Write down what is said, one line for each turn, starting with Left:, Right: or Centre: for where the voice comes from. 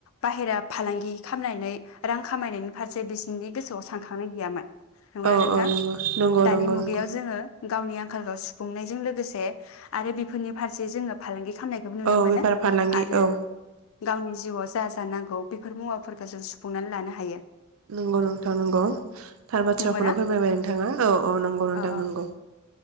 Left: बाहेरा फालांगि खालामनानै रां खामायनायनि फारसे बिसिनि गोसोआव सानखांनाय गैयामोन नंगौना
Right: औ
Left: नोंथां
Right: औ नंगौ नंगौ
Left: दानि
Right: नंगौ
Left: मुगायाव
Right: नंगौ
Left: जोङो गावनि आंखालखौ सुफुंनायजों लोगोसे आरो बेफोरनि फारसे जोङो फालांगि खालामनायखौबो नुनो
Right: औ
Left: मोनो
Right: बेफार फालांगि
Left: आरो
Right: औ
Left: गावनि जिउआव जा जा नांगौ बेफोर मुवाफोरखौ जों सुफुंनानै लानो हायो ।
Right: नंगौ नोंथां नंगौ थार बाथ्राखौनो
Left: नंगौना
Right: फोरमायबाय नोंथाङा औ औ नंगौ नोंथां
Left: अ अ
Right: नंगौ